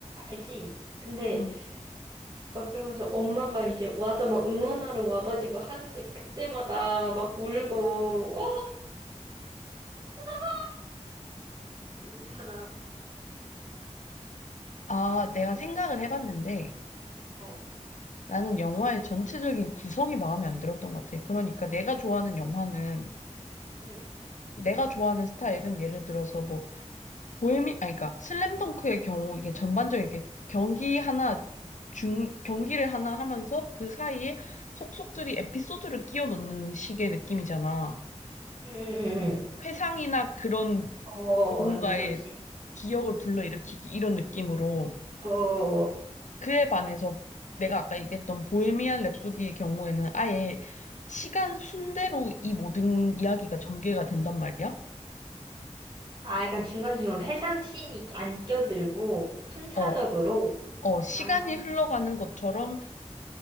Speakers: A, on the right (about 35°); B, on the left (about 80°).
A: 알지? 근데
B: 응.
A: 막 그러면서 엄마가 이제 와서 막 응원하러 와가지고 하는데 그때마다 막 울고 어 태섭아 울잖아.
B: 아,
A: 근데
B: 내가
A: 언니는
B: 생각을 해봤는데,
A: 어
B: 나는 영화의 전체적인 구성이 마음에 안 들었던 것 같아. 그러니까 내가 좋아하는 영화는,
A: 응.
B: 내가 좋아하는 스타일은 예를 들어서 뭐, 보헤미, 아니, 그러니까 슬램덩크의 경우 이게 전반적인 이게 경기 하나, 중, 경기를 하나 하면서 그 사이에 속속들이 에피소드를 끼워 넣는 식의 느낌이잖아.
A: 응, 응, 응, 응.
B: 회상이나 그런
A: 어,
B: 누군가의
A: 약간 그런 시.
B: 기억을 불러일으키기 이런 느낌으로.
A: 어,
B: 그에 반해서 내가 아까 얘기했던 보헤미안 랩소디의 경우에는 아예 시간 순대로 이 모든 이야기가 전개가 된단 말이야.
A: 아, 약간 중간중간 회상씬이 안 껴들고, 순차적으로,
B: 어, 어, 시간이
A: 아,
B: 흘러가는 것처럼